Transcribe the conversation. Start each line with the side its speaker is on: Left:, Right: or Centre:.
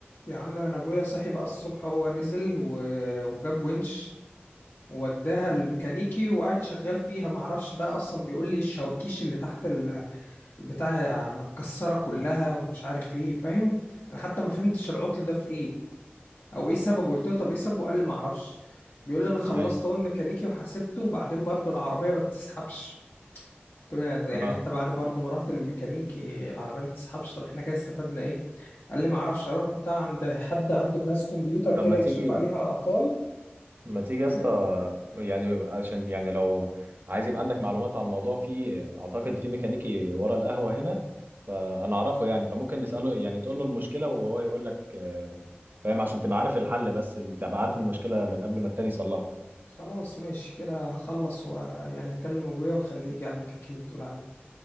Left: يا عم انا ابويا صحي بقى الصبح هو نزل و... وجاب ونش وداها الميكانيكي وقعد شغال فيها معرفش بقى اصلا بيقول لي الشواكيش اللي تحت ال- البتاع متكسره كلها ومش عارف ايه فاهم انا حتى ما فهمتش العطل ده في ايه او ايه سببه قلت له طب ايه سببه قال لي معرفش بيقول لي انا خلصت
Right: ايوه
Left: اول ميكانيكي وحاسبته وبعدين برضو العربيه ما بتسحبش قلت له يعني
Right: اه
Left: يعني انت بعد برضو ما رحت للميكانيكي العربيه ما بتسحبش طب احنا كده استفدنا ايه قال لي معرفش اروح بتاع عند حد عنده جهاز كمبيوتر كده
Right: طب ما تيجي
Left: يكشف عليها اعطال
Right: ما تيجي
Left: فاهم
Right: يا اسطى يعني عشان يعني لو عايز يبقى عندك معلومات عن الموضوع في اعتقد في ميكانيكي ورا القهوه هنا فانا اعرفه يعني فممكن نساله يعني تقول له المشكله وهو يقول لك آه، فاهم عشان تبقى عارف الحل بس تبقى عارف المشكله من قبل ما التاني يصلحها
Left: خلاص ماشي كده هخلص ويعني هكلم ابويا واخليه يجي على المكان اللي بتقول عليه